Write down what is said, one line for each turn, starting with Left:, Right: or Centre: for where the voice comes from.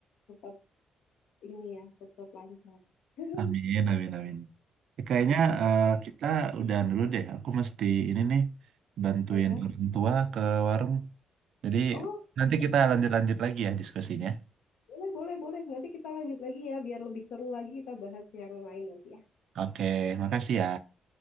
Left: tetap ini ya, tetap lancar. <laughs>
Right: Amin, amin, amin. Eh, Kayaknya eh, kita udahan dulu deh. Aku mesti ini nih bantuin
Left: Heeh.
Right: orang tua ke warung. Jadi
Left: Oh,
Right: nanti kita lanjut-lanjut lagi ya diskusinya.
Left: boleh, boleh, boleh. Nanti kita lanjut lagi ya, biar lebih seru lagi kita bahas yang lain nanti ya.
Right: Oke, makasih ya.